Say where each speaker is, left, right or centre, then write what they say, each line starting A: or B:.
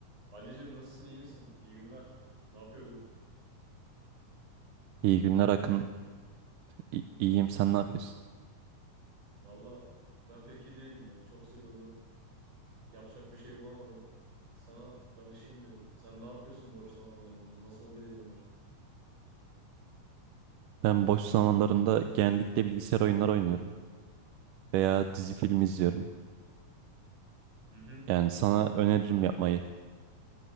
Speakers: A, on the right; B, on the right.
A: Ali'cim nasılsın iyi misin? İyi günler. Ne yapıyordun?
B: İyi günler Akın. İ- İyiyim sen ne yapıyorsun?
A: Valla ben pek iyi değilim ya. Çok sıkıldım. Yapacak bir şey bulamadım. Sana danışayım dedim. Sen ne yapıyorsun boş zamanlarında? Nasıl hobilerin var?
B: Ben boş zamanlarımda genellikle bilgisayar oyunları oynuyorum veya
A: Hı hı.
B: dizi film izliyorum.
A: Hı hı.
B: Yani sana öneririm yapmayı.